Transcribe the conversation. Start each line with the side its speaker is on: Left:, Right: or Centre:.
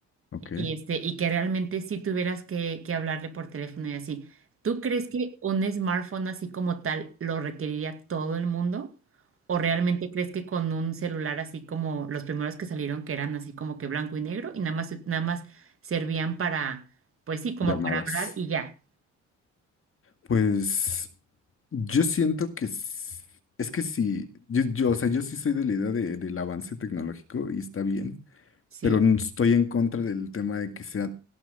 Left: Ok.
Right: y, este, y que realmente si tuvieras que, que hablarle por teléfono y así. ¿Tú crees que un smartphone así como tal lo requeriría todo el mundo? ¿O realmente crees que con un celular así como los primeros que salieron que eran así como que blanco y negro y nada más, nada más servían para, pues sí, como
Left: Llamadas.
Right: para hablar y ya?
Left: Pues yo siento que s- es, que sí, yo, yo, o sea, yo sí soy de la idea de- del avance tecnológico y está bien,
Right: Sí,
Left: pero n- estoy en contra del tema de que sea